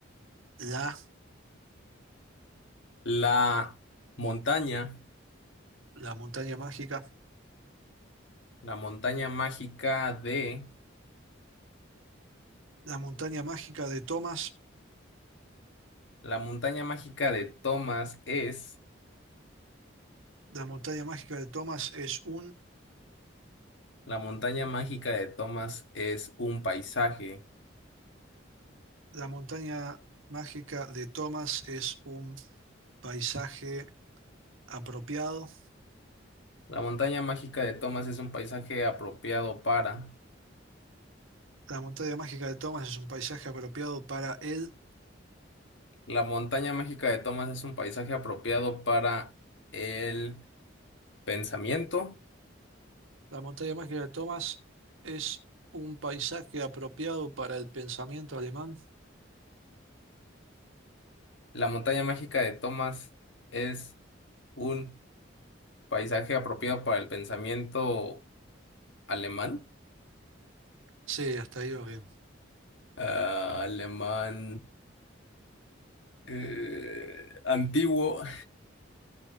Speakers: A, on the right; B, on the left.
A: la,
B: La montaña,
A: la montaña mágica.
B: la montaña mágica de,
A: La montaña mágica de Thomas
B: la montaña mágica de Thomas es...
A: La montaña mágica de Thomas es un...
B: La montaña mágica de Thomas es un paisaje.
A: La montaña mágica de Thomas es un paisaje apropiado.
B: La montaña mágica de Thomas es un paisaje apropiado para.
A: La montaña mágica de Thomas es un paisaje apropiado para él.
B: La montaña mágica de Thomas es un paisaje apropiado para el pensamiento.
A: La montaña mágica de Thomas es un paisaje apropiado para el pensamiento alemán.
B: La montaña mágica de Thomas es un paisaje apropiado para el pensamiento alemán.
A: Sí, hasta ahí va bien.
B: Ah, alemán eh, antiguo.